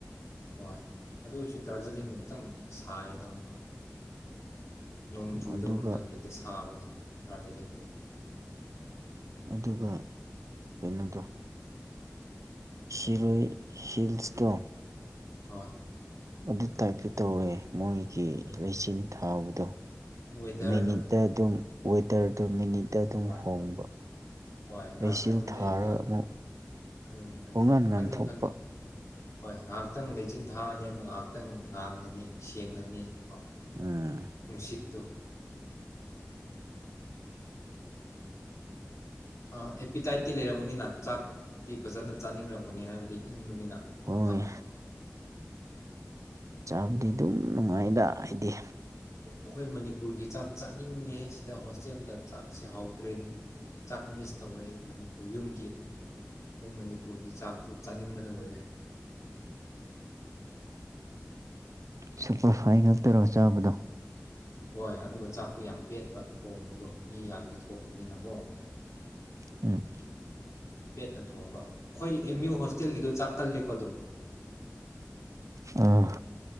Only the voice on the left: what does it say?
ꯍꯣꯏ ꯑꯗꯨ ꯑꯣꯏꯁꯨ ꯗꯥꯔꯖꯤꯂꯤꯡꯅ ꯈꯤꯇꯪ ꯁꯥꯏꯌꯦꯗ ꯑꯃꯨꯛꯀꯥ ꯅꯣꯡ ꯆꯨꯗꯕ
ꯃꯇꯝꯗꯗꯤ ꯁꯥꯕꯅꯦ ꯗꯔꯖꯂꯤꯡꯗꯤ
ꯍꯣꯏ
ꯋꯦꯗꯔꯗꯣ
ꯍꯣꯏ
ꯍꯣꯏ ꯉꯥꯏꯍꯥꯛꯇꯪ
ꯂꯩꯔꯒ
ꯈꯪꯉꯤ ꯈꯪꯉꯤ
ꯈꯪꯉꯦ ꯈꯪꯉꯤ ꯍꯣꯏ ꯉꯍꯥꯛꯇꯪ ꯂꯩꯆꯤꯟ ꯊꯥꯅꯤ ꯑꯃꯨ ꯉꯍꯥꯛ ꯈꯤꯇꯪ ꯉꯥꯟꯒꯅꯤ ꯁꯦꯡꯒꯅꯤ ꯀꯣ
ꯅꯨꯡꯁꯤꯠꯇꯨ ꯑꯦ ꯑꯦꯄꯤꯇꯥꯏꯠꯇꯤ ꯂꯩꯔꯝꯒꯅꯤꯅ ꯆꯥꯛꯇꯤ ꯐꯖꯅ ꯆꯥꯅꯤꯡꯔꯝꯒꯅꯤ ꯍꯥꯏꯕꯗꯤ ꯏꯪꯕꯅꯤꯅ
ꯃꯐꯝꯗꯣ
ꯑꯈꯣꯏ ꯃꯅꯤꯄꯨꯔꯒꯤ ꯆꯥꯛ ꯆꯥꯅꯤꯡꯉꯦ ꯁꯤꯗ ꯍꯣꯁꯇꯦꯜꯗ ꯆꯥꯛꯁꯤ ꯍꯥꯎꯗ꯭ꯔꯦꯅꯦ ꯆꯥꯛ ꯃꯤꯁ ꯇꯧꯔꯦ ꯃꯅꯤꯞ ꯌꯨꯝꯒꯤ ꯈꯣꯏ ꯃꯅꯤꯄꯨꯔꯒꯤ ꯆꯥꯛꯇꯨ ꯆꯥꯅꯤꯡꯕꯅ ꯂꯣꯏꯔꯦ
ꯍꯣꯏ ꯑꯗꯨꯒ ꯆꯥꯛꯇꯣ ꯌꯥꯝ ꯄꯦꯠꯄ ꯊꯣꯡꯕꯗꯣ ꯃꯤ ꯌꯥꯝꯒꯤ ꯊꯣꯡꯕꯅꯤꯅꯀꯣ
ꯄꯦꯠꯅ ꯊꯣꯡꯕ ꯑꯩꯈꯣꯏ ꯑꯦꯝ ꯌꯨ ꯍꯣꯁꯇꯦꯜꯒꯤꯗꯣ ꯆꯥꯛ ꯀꯜꯂꯦꯀꯣ ꯑꯗꯨꯝ?